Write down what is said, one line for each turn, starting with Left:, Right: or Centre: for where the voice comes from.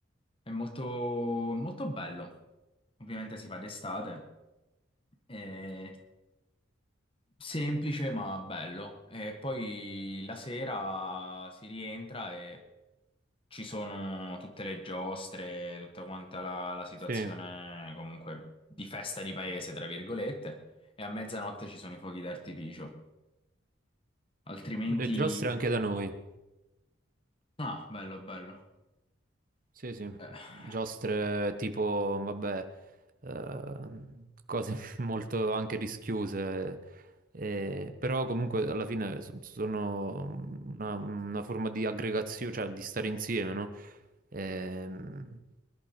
Left: È molto, molto bello. Ovviamente si fa d'estate, è semplice ma bello. E poi la sera si rientra e ci sono tutte le giostre, tutta quanta la, la situazione
Right: Sì,
Left: comunque di festa di paese, tra virgolette, e a mezzanotte ci sono i fuochi d'artificio. Altrimenti...
Right: le giostre anche da noi.
Left: Ah, bello, bello.
Right: Sì, sì,
Left: Eh,
Right: giostre tipo, vabbè, ehm, cose <laughs> molto anche rischiose, eh, eh, però comunque alla fine so- sono una, una forma di aggregazione, cioè di stare insieme, no? Ehm,